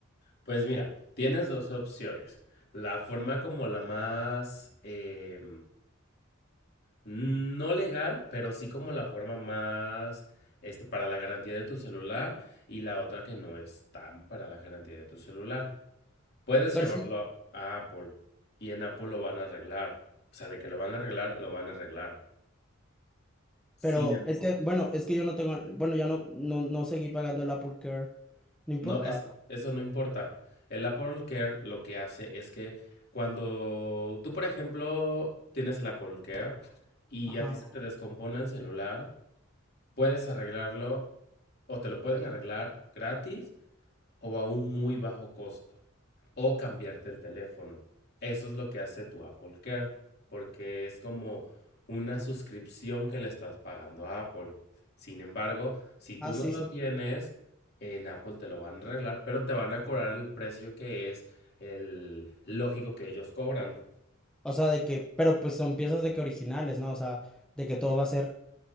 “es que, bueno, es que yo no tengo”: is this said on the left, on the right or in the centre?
Centre